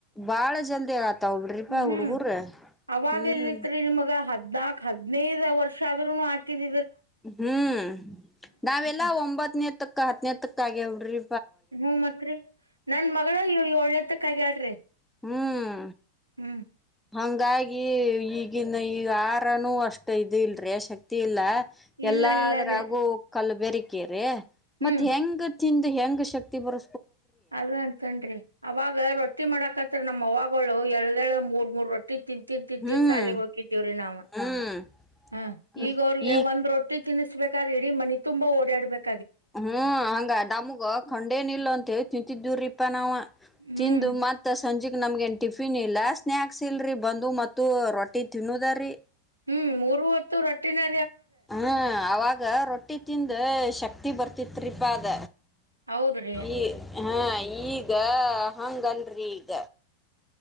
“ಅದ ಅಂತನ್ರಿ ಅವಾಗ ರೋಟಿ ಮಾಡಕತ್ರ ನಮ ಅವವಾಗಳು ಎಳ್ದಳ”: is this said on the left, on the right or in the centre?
Right